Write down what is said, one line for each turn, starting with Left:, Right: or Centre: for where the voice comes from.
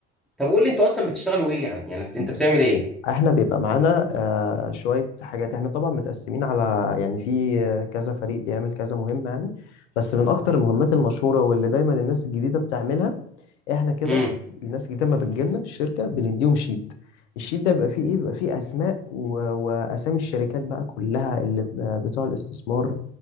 Centre: طب قول لي انتوا اصلا بتشتغلوا ايه يعني يعني انت
Left: بص
Centre: بتعمل ايه
Left: احنا بيبقى معانا آه، شوية حاجات احنا طبعا متقسمين على يعني في آه، كذا فريق بيعمل كذا مهمة يعني بس من اكتر المهمات المشهورة واللي دايما الناس الجديدة بتعملها احنا كده
Centre: امم
Left: الناس الجديدة ما بتجيلنا الشركة بنديهم شيت الشيت ده بيبقى فيه ايه بيبقى فيه اسماء و... واسامي الشركات بقى كلها اللي ب- بتوع الاستثمار